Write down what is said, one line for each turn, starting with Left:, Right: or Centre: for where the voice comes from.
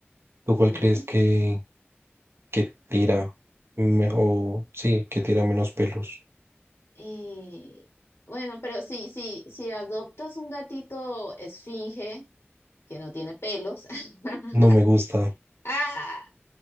Right: ¿Tú
Left: ujú.
Right: cuál crees que, que tira? me- o sí, que tira menos pelos.
Left: Y bueno, pero si, si, si adoptas un gatito esfinge que no tiene pelos, <laughs>
Right: No me gusta,
Left: ¡ah!